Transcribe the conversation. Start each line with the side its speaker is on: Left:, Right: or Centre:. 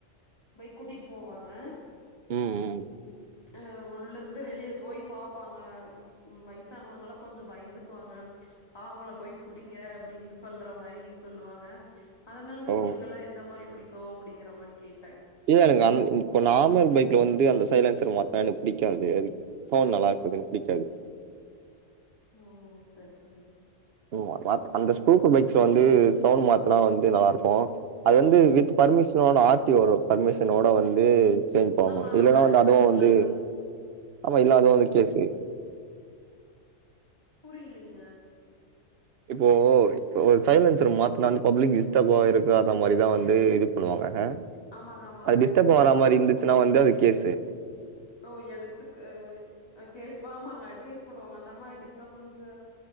Left: பைக் ஓட்டிட்டு போவாங்க
Right: ம் ம்
Left: அ உள்ள இருந்து வெளிய போய் பாப்பாங்க ம் வயசானவங்க எல்லா கொஞ்சோ பயந்துக்குவாங்க அவுங்கள போய் புடிங்க அப்படிங்கற சொல்ற மாரி சொல்லுவாங்க அதுனால தா
Right: ஓ
Left: உங்களுகெல்லா எந்த மாரி புடிக்கு அப்படிங்கிற மாரி கேட்டங்
Right: இல்ல எனக்கு அந் இப்ப நார்மல் பைக்ல வந்து அந்த சைலன்சர் மாத்னா எனக்கு புடிக்காது அது ஃபோன் நல்லா இருக்குறது எனக்கு புடிக்காது
Left: ஓ செரி செரி
Right: ம் வாத் அந்த ஸ்பூப் பைக்ஸ்ல வந்து சவுண்டு மாத்தனா வந்து நல்லா இருக்கு அது வந்து
Left: ம்
Right: வித் பர்மிஷனோட ஆர் டி ஓ ட பர்மிஷனோட வந்து சேமிப்பாங்க
Left: நம்ம
Right: இல்லன்னா
Left: ஆட்
Right: வந்து அதுவு
Left: பண்ணிக்கலா
Right: வந்து ஆமா இல்லாதவனுக்கு கேசு
Left: புரியிலைங்க
Right: இப்போ ஒரு சைலன்சர் மாத்தனா வந்து பப்ளிக் டிஸ்டப் ஆயிர கூடாத மாரிதா வந்து இது பண்ணுவாங்க
Left: ஆமாங்க ஆமாங்க
Right: அது டிஸ்டர்ப்
Left: இந்த
Right: ஆற
Left: ஒரு
Right: மாரி இருந்துச்சுன்னா வந்து அது கேசு
Left: ஓ எடுத்துக்கு கேஸ் ஆமாங்க கேஸ் போடுவாங்க அந்த மா டிஸ்டர்பன்சு